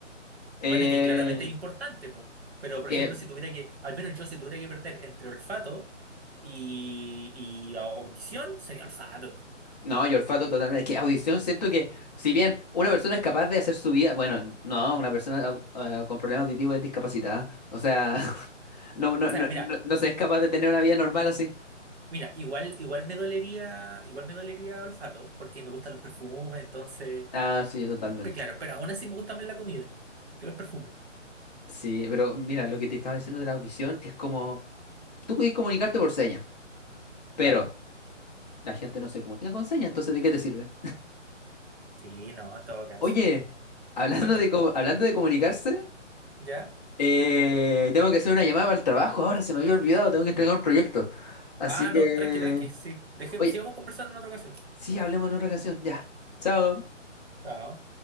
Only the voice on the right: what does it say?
Bueno, y que claramente es importante, pues. Pero, por
ejemplo, si tuviera que, al menos yo, si tuviera que perder entre olfato y, y au- audición, sería olfato.
Claro.
O sea,
mira,
mira, igual, igual me dolería, igual me dolería olfato, porque me gustan los perfumes, entonces.
pe- pe- claro, pero aún así me gusta más la comida que los perfumes.
Claro.
Sí, no, en todo caso.
Cuéntame.
¿Ya?
Ah,
no, tranqui, tranqui, sí. Deje,
sigamos conversando en otra ocasión.
Ah,